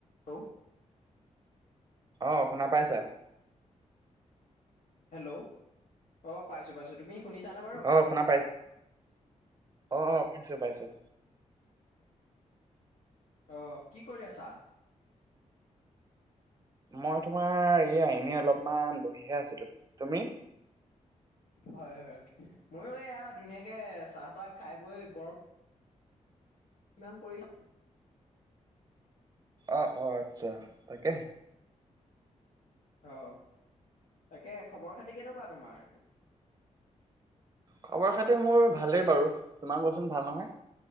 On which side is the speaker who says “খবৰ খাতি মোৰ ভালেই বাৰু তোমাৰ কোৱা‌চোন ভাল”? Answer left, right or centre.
Right